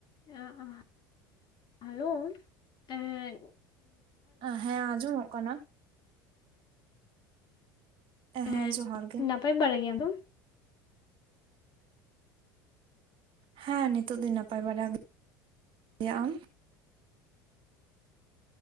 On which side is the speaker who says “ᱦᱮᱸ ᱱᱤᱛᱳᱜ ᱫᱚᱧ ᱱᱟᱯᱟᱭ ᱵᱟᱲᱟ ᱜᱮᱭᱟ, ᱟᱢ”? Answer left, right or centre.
Right